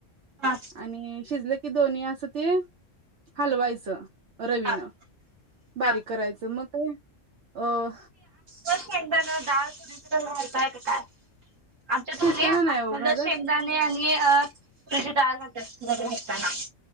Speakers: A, on the right; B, on the right.
A: हा
B: आणि शिजल की दोन्ही असं ते हलवायचं रवीन
A: हा
B: बारीक
A: हा
B: करायचं मग काय अ
A: शेगदान डाळ तरीच घालता की काय आमच्यात
B: शिजताना
A: दोन्ही आखंड
B: नाही ओ घालत
A: शेंगदाणे आणि नि अ हे डाळ घालत्यात शिजत घालताना